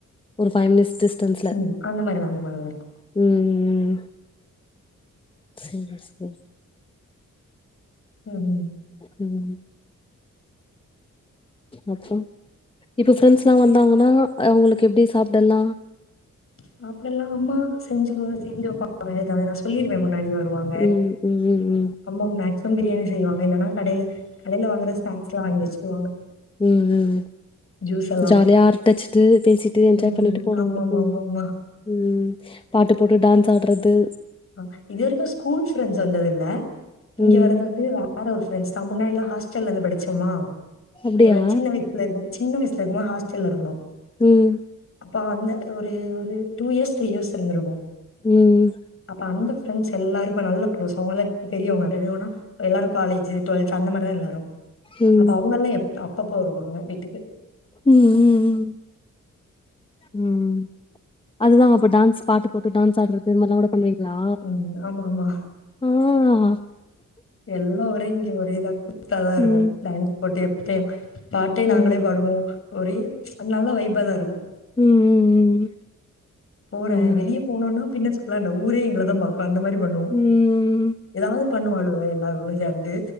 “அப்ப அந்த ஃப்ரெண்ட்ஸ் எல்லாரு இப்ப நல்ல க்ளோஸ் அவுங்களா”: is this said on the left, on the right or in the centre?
Left